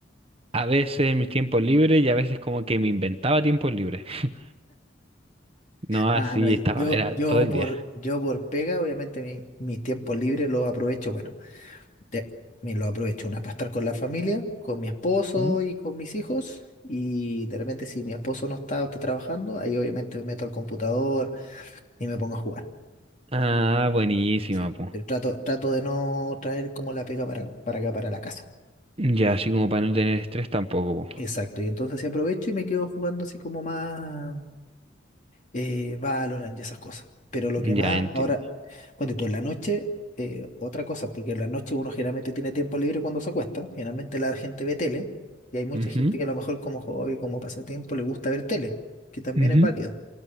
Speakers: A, on the right; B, on the left.
A: a veces en mis tiempos libres y a veces como que me inventaba tiempos libres. <laughs> No, así
B: Ah, no,
A: estaba,
B: yo,
A: era
B: yo
A: todo el
B: por,
A: día.
B: yo por pega, obviamente mi- mis tiempos libres los aprovecho, bueno. de- me lo aprovecho una para estar con la familia, con mi esposo
A: Ujú.
B: y con mis hijos. Y de repente, si mi esposo no está o está trabajando, ahí obviamente me meto al computador y me pongo a jugar.
A: Ah, buenísima,
B: Sí,
A: pues.
B: pero trato, trato de no traer como la pega para, para acá, para la casa.
A: Ya, así como para no tener estrés tampoco, po.
B: Exacto. Y entonces sí aprovecho y me quedo jugando así como más. eh, Valorant y esas cosas. Pero lo
A: Ya
B: que más
A: entiendo.
B: ahora, bueno, tú en la noche, eh, otra cosa, porque en la noche uno generalmente tiene tiempo libre cuando se acuesta, generalmente la gente ve tele, y hay mucha
A: Ujú,
B: gente que a lo mejor como hobby, como pasatiempo, le gusta ver tele, que también
A: ujú,
B: es válido.